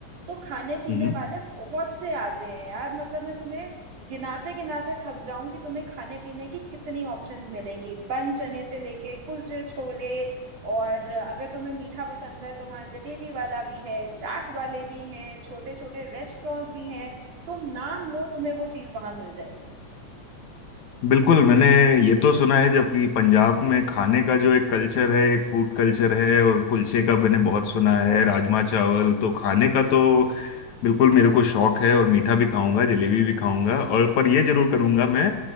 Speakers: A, on the right; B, on the left.
A: तो खाने पीने
B: हम्म
A: वाले बहुत से आते हैं यार मतलब मैं तुम्हें गिनाते गिनाते थक जाऊं कि तुम्हें खाने पीने की कितनी ऑप्शंस मिलेंगी बन चने से लेके कुलचे छोले और अगर तुम्हें मीठा पसंद है तो वहाँ जलेबी वाला भी है चाट वाले भी हैं छोटे छोटे रेस्टोरेंट्स भी हैं तुम नाम लो तुम्हें वो चीज़ वहाँ मिल जाएगी
B: बिल्कुल मैंने ये तो सुना है जबकि पंजाब में खाने का जो एक कल्चर है एक फूड कल्चर है और कुलचे का मैंने बहुत सुना है राजमा चावल तो खाने का तो बिल्कुल मेरे को शौक है और मीठा भी खाऊंगा जलेबी भी खाऊंगा और पर ये जरूर करूंगा मैं